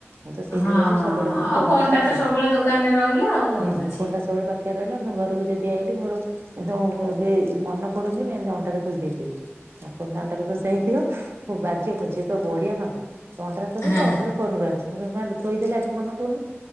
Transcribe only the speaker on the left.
ହଁ ହଁ
ହଁ
ଆଉ
ଫୋନ୍
ଟା
ତ ସବୁବେଳେ ଦୋକାନରେ ରହିଲା ଆଉ କଣ
ଅଛି।
ହଁ